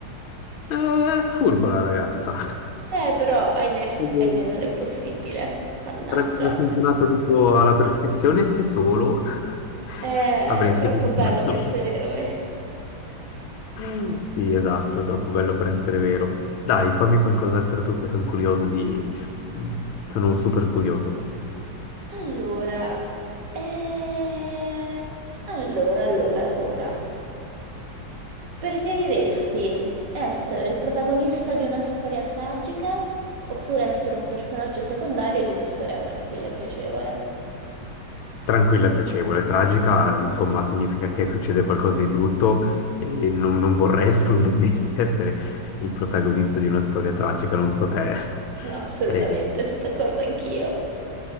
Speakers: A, on the left; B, on the right.
A: è furba la ragazza.
B: Eh, però, ahimè,
A: <laughs>
B: ahimè, non è possibile, mannaggia,
A: Sarebbe funzionato tutto alla perfezione se solo <laughs>
B: Eh,
A: avresti
B: è troppo
A: potuto.
B: bello
A: farlo.
B: per essere vero, eh.
A: <laughs> Sì, esatto, è troppo bello per essere vero. Dai, fammi qualcos'altro tu che sono curioso di... Sono super curioso.
B: Allora, eh, allora, allora, allora. Preferiresti essere il protagonista di una storia tragica oppure essere un personaggio secondario di una storia tranquilla e piacevole?
A: Tranquilla, piacevole, tragica, insomma, significa che succede qualcosa di brutto e non, non vorrei assolutamente <laughs> essere il protagonista di una storia tragica, non so te.
B: No, assolutamente,
A: <laughs> E
B: sono d'accordo anch'io.